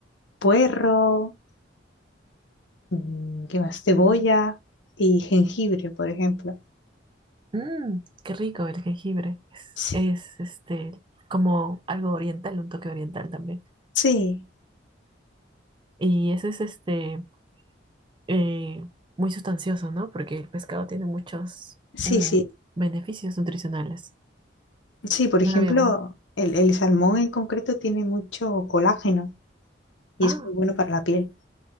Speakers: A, on the left; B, on the right.
A: puerro, mm, ¿qué más? Cebolla y jengibre, por ejemplo.
B: mm, qué rico el jengibre.
A: Sí,
B: Es, es este, como algo oriental, un toque oriental también.
A: sí,
B: Y ese es este, eh, muy sustancioso, ¿no? Porque el pescado tiene muchos
A: sí,
B: mm,
A: sí.
B: beneficios nutricionales.
A: Sí, por
B: No
A: ejemplo,
B: lo habíamos.
A: el, el salmón en concreto tiene mucho colágeno y
B: Ah,
A: es muy bueno para la piel.